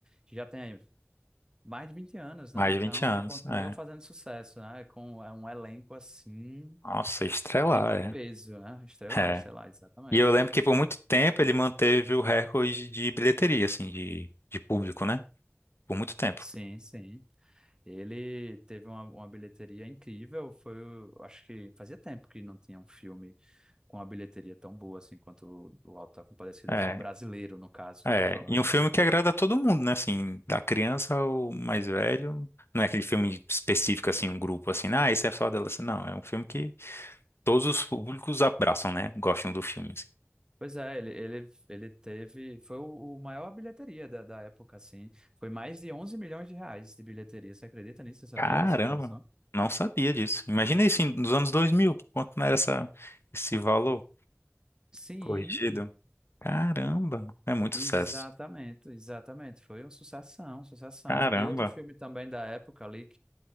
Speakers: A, on the right; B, on the left.
A: que já tem aí mais de 20 anos,
B: mais
A: né? Então,
B: de 20 anos,
A: e continua
B: é.
A: fazendo sucesso, né? Com é um elenco assim
B: Nossa, estrela,
A: de
B: é.
A: peso, né? Estelar,
B: É.
A: estelar, exatamente.
B: E eu lembro que por muito tempo ele manteve o recorde de bilheteria, assim, de, de público, né? Por muito tempo.
A: Sim, sim. Ele teve uma, uma bilheteria incrível, foi, o- acho que fazia tempo que não tinha um filme com uma bilheteria tão boa assim quanto o, o Auto da Compadecida,
B: É,
A: filme brasileiro, no caso,
B: é.
A: que tô falando,
B: E um filme
A: né?
B: que agrada a todo mundo, né? Assim, da criança ao mais velho. Não é aquele filme específico, assim, um grupo, assim, ah, esse é só adolescente. Não, é um filme que todos os públicos abraçam, né? Gostam do filme, assim.
A: Pois é, ele, ele, ele teve, foi o, o maior bilheteria da, da época, assim, foi mais de 11 milhões de reais de bilheteria, você acredita nisso? Você sabia
B: Caramba,
A: dessa informação?
B: não sabia disso. Imagina isso em- nos anos 2000 quanto não era essa, esse valor
A: Sim,
B: corrigido. Caramba, é muito
A: exatamente,
B: sucesso.
A: exatamente, foi uma sucessão, sucessão.
B: Caramba.
A: E outro filme também da época ali